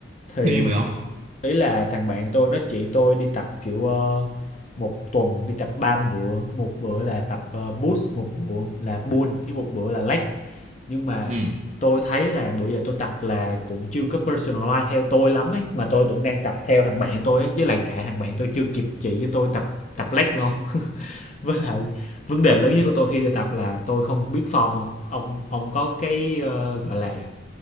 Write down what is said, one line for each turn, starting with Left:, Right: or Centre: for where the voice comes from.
Left: Thì
Right: đi vậy không?
Left: ý là thằng bạn tôi nó chỉ tôi đi tập, kiểu, ơ, 1 tuần đi tập 3 bữa, một bữa là tập, ờ, push, một bữa là pull, với một bữa là leg nhưng mà
Right: Ừ,
Left: tôi thấy là bữa giờ tôi tập là cũng chưa có personalize theo tôi lắm ấy mà tôi vẫn đang tập theo thằng bạn tôi ấy với lại cả thằng bạn tôi chưa kịp chỉ cho tôi tập tập leg nữa không <laughs> với lại vấn đề lớn nhất của tôi khi đi tập là tôi không biết form không ông ông có cái ờ, gọi là